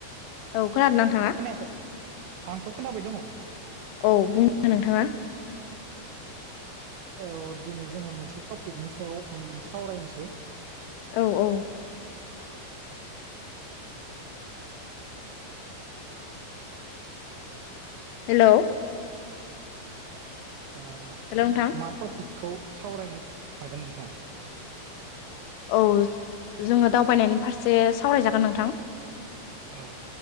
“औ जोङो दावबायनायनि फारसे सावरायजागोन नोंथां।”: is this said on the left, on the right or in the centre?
Left